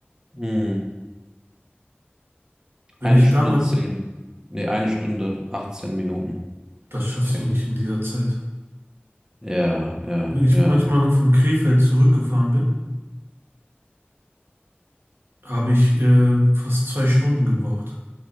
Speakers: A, on the right; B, on the right.
A: Hm.
B: Wenn
A: Eine
B: ich
A: Stunde
B: damals,
A: zehn. Nee, eine Stunde 18 Minuten.
B: das schaffst
A: Heftig.
B: du nicht in dieser Zeit.
A: Ja, ja,
B: Wenn ich
A: ja.
B: manchmal von Krefeld zurückgefahren bin, habe ich äh, fast zwei Stunden gebraucht.